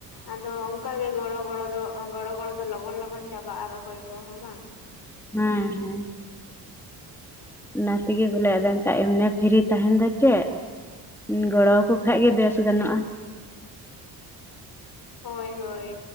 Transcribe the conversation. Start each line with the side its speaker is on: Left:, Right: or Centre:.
Left: ᱟᱫᱚ ᱚᱱᱠᱟ ᱜᱮ ᱜᱚᱲᱚ ᱜᱚᱲᱚ ᱫᱚ ᱜᱚᱲᱚ ᱜᱚᱲᱚ ᱫᱚ ᱞᱚᱜᱚᱱ ᱞᱚᱜᱚᱱ ᱪᱟᱵᱟᱜᱼᱟ ᱨᱚᱦᱚᱭ ᱠᱚᱦᱚᱸ ᱵᱟᱝ
Centre: ᱦᱮᱸ ᱦᱮᱸ ᱚᱱᱟ ᱛᱤᱜᱤ ᱵᱚᱞᱮ ᱟᱫᱚ ᱚᱱᱠᱟ ᱮᱢᱱᱮ ᱯᱷᱤᱨᱤ ᱛᱟᱦᱮᱱ ᱫᱚ ᱪᱮᱫ? ᱜᱚᱲᱚᱣ ᱠᱚ ᱠᱷᱟᱡ ᱜᱮ ᱵᱮᱥ ᱜᱟᱱᱚᱜᱼᱟ᱾
Left: ᱦᱳᱭ ᱦᱳᱭ᱾